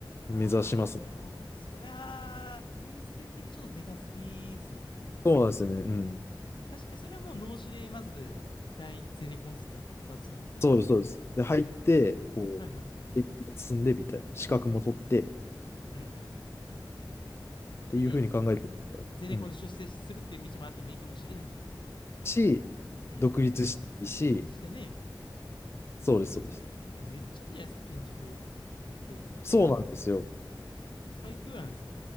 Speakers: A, on the left (about 75°); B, on the left (about 30°).
A: あー、
B: 目指します。
A: そりゃあ、インセンティブちょっとでかすぎっすね。
B: そうなんですよね。うん。
A: うん、確かにそれはもう脳死で、まず、大ゼネコンっすね。一発目は。
B: そうです、そうです。で、入って、
A: あー、
B: こう、
A: はいはい。
B: 経験を積んでみたいな、資格も取ってっ
A: うんうん。
B: ていうふうに考えてるんだ。
A: でね、ゼネコンに出世するっていう道もあってもいいかもしれないし。
B: うん。し、
A: うん。
B: 独立したいし、
A: そしてね、
B: そうです、そうです。
A: え、めっちゃいいじゃないですか、建築系。
B: そうなんですよ。
A: 最強じゃないですか。